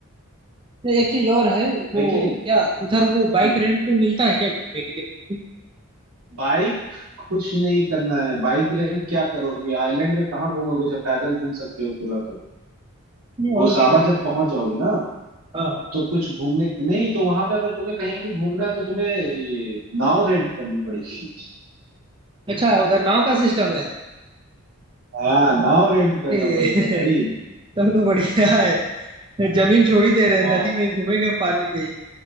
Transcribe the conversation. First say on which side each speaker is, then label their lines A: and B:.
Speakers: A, on the right; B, on the right.
A: तो एक चीज और है वो
B: है कि नहीं
A: क्या उधर वो बाइक
B: हम्म।
A: रेंट पे मिलता है क्या घूमने के लिए
B: बाइक कुछ नहीं करना है बाइक रेंट क्या करोगे आइलैंड में कहाँ घूमोगे जब पैदल घूम सकते हो पूरा तो
A: नहीं और
B: गोसाबा
A: भी जगह
B: जब
A: है।
B: पहुंच जाओगे ना
A: हाँ
B: तो कुछ घूमने नहीं तो वहां पे अगर तुम्हें कहीं भी घूमना है तो तुम्हें ये नाव रेंट करनी पड़ेगी
A: अच्छा उधर नाव का सिस्टम है
B: हाँ नाव रेंट करना
A: अरे
B: पड़ेगा
A: <laughs>
B: भाई
A: तब तो बढ़िया है जमीन छोड़ ही दे रहे हैं
B: हाँ
A: नदी में ही घूमेंगे पानी पे ही